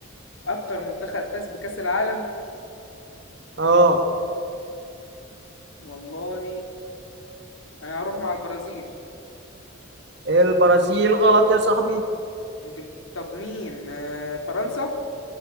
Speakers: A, on the left; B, on the right.
A: أكتر منتخب فاز بكأس العالم
B: اه
A: والله أنا هروح مع البرازيل
B: البرازيل غلط يا صاحبي
A: إنجل- طب مين آه، فرنسا